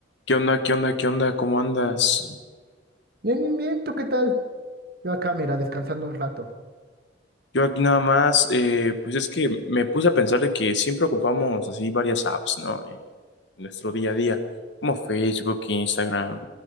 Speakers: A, on the left; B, on the right.
A: ¿Qué onda? ¿Qué onda? ¿Qué onda? ¿Cómo andas?
B: Bien, bien, bien, ¿tú qué tal? Yo acá, mira, descansando un rato.
A: Yo aquí nada más, eh, pues es que me puse a pensar de que siempre ocupamos así varias apps, ¿no? Eh, En nuestro día a día, como Facebook, Instagram,